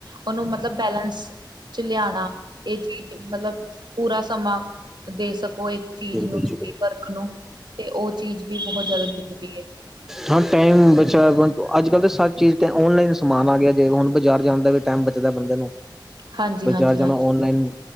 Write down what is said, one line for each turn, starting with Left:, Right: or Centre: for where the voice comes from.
Right: ਉਹਨੂੰ ਮਤਲਬ ਬੈਲੇਂਸ ਚ ਲਿਆਣਾ ਇਹ ਚੀਜ਼ ਮਤਲਬ ਪੂਰਾ ਸਮਾਂ ਦੇ ਸਕੋ ਇੱਕ ਚੀਜ਼
Centre: ਬਿਲਕੁਲ
Right: ਨੂੰ ਤੁਸੀਂ
Centre: ਜੀ ਬਿਲਕੁਲ
Right: ਵਰਖ ਨੂੰ ਤੇ ਉਹ ਚੀਜ਼ ਵੀ ਬਹੁਤ ਜ਼ਿਆਦਾ ਜ਼ਰੂਰੀ ਹੈ <unintelligible>
Centre: ਹਾਂ ਟਾਈਮ ਬਚਾ ਅੱਜ ਕੱਲ੍ਹ ਤਾਂ ਸਾਰੇ ਚੀਜ਼ ਤਾਂ ਔਨਲਾਈਨ ਸਮਾਨ ਆ ਗਿਆ ਜੇ ਹੁਣ ਬਾਜ਼ਾਰ ਜਾਂਦਾ ਵਿੱਚ ਟਾਈਮ ਬਚਦਾ ਬੰਦੇ ਨੂੰ
Right: ਹਾਂਜੀ
Centre: ਬਜ਼ਾਰ
Right: ਹਾਂਜੀ
Centre: ਜਾਣਾ
Right: ਹਾਂਜੀ
Centre: ਓਨਲਾਈਨ